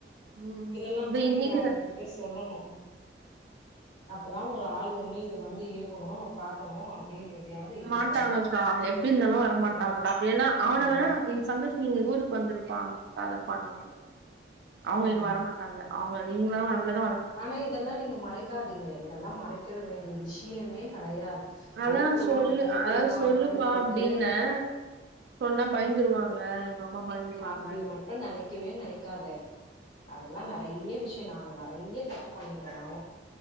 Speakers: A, on the right; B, on the left.
A: ம்
B: இதெல்லாந்
A: இது
B: தா
A: இன்னைக்குதா
B: நீங்க அவங்ககிட்ட சொல்லணு அப்பதா ஒரு ஆள் ஒண்ணு இங்க வந்து இருக்கணு பாக்கணு அப்டின்றதையாவது இருக்கு
A: மாட்டாங்கக்கா எப்டி இருந்தாலும் வர
B: ம்
A: மாட்டாங்கக்கா
B: ம்
A: அப்டினா அவன
B: அதா
A: வேணா இ வஸ் நீங்க ஊருக்கு வந்துருப்பா அத பண்ணுவாங்க அவுங்க
B: ம்
A: இங்க வர மாட்டாங்க அவுங்க இவுங்ளு அவங்ளத்
B: ஆனா இதெல்லா நீங்க மறைக்காதீங்க இதெல்லா மறைக்கிற வேண்டிய விஷ்யமே கெடையாது
A: ஆனா
B: பயப்படுவாங்க
A: சொல்லு
B: பயப்படுவாங்கன்றது
A: அதா சொல்லுப்பா அப்டின்னே சொன்னா பயந்துருவாங்க எங்க அம்மா பயந்துருவாங்க
B: அப்படி மட்டும் நினைக்கவே நினைக்காதே அதெல்லா நறைய விஷயம் நாங்க நறைய தப்பு பண்ணிட்டேன் நானு